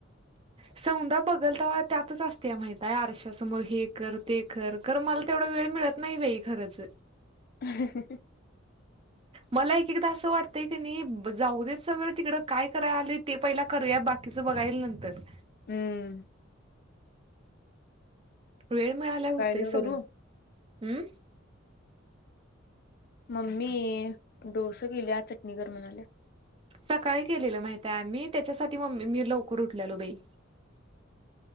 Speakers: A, on the right; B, on the left.
A: सौंदा बघल तवा त्यातच-असत्या माहिताय आरश्या समोर हे कर ते कर खर मला तेवढं वे वेळ मिळत नाही बाई खरच.
B: हहह....
A: मला एक-एकदा असं वाटतंय की नाही. जाऊ दे सगळ तिकड काय करायला आलोय ते पहिला करूया बाकी. बाकीच बघाईल नंतर.
B: हम्म.
A: वेळ मिळाल्याव होतय
B: काय ल
A: सगळं.
B: करू
A: हम्म.
B: मम्मी डोस केल्या. चटणीकर म्हणाल्या.
A: सकाळी केलेलं माहितेय आम्ही. त्याच्यासाठी मम्मी मी लवकर उठलेलो बाई.